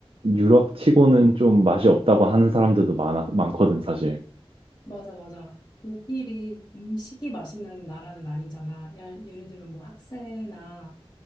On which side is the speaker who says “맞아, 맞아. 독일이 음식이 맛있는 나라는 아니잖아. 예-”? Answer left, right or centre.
Left